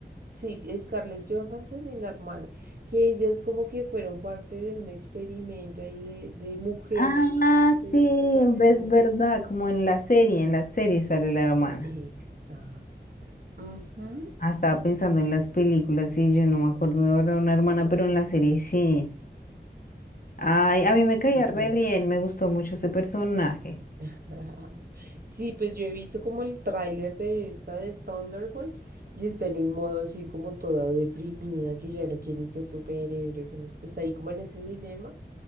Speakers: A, on the right; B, on the left.
A: sí, Scarlett Johansson y la hermana, que ellas como que fueron parte de un experimento ahí de, de mujeres
B: Ah,
A: específicamente.
B: sí, es verdad, como en la serie, en la serie sale la hermana.
A: Exacto. Ujú,
B: Ah, estaba pensando en las películas, sí, yo no me acuerdo de ahora una hermana, pero en la serie sí. Ay, a mí me caía
A: Sí,
B: re
A: sí.
B: bien, me gustó mucho ese personaje.
A: <laughs> Sí, pues yo he visto como el tráiler de esta de Thunderbolt y está en un modo así como toda deprimida, que ya no quiere ser superhéroe, que no sé, está ahí como en ese dilema